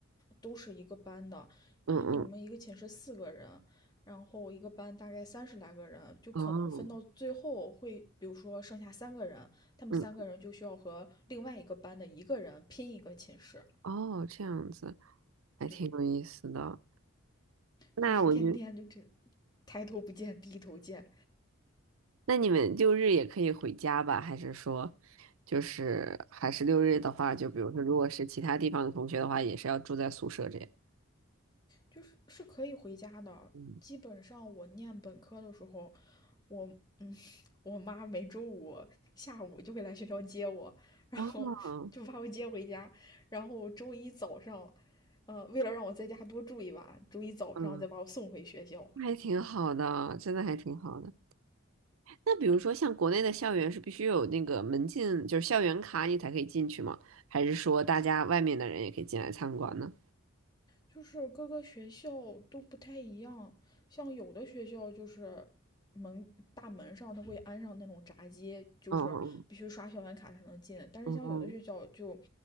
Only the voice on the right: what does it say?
嗯嗯，
哦，
嗯哦，这样子还挺有意思的。
那我就，
那你们六日也可以回家吧？还是说，就是还是六日的话，就比如说，如果是其他地方的同学的话，也是要住在宿舍这样。
嗯，
哦，
嗯，那还挺好的，真的还挺好的。那比如说，像国内的校园是必须有那个门禁，就是校园卡你才可以进去吗？还是说大家外面的人也可以进来参观呢？
嗯
嗯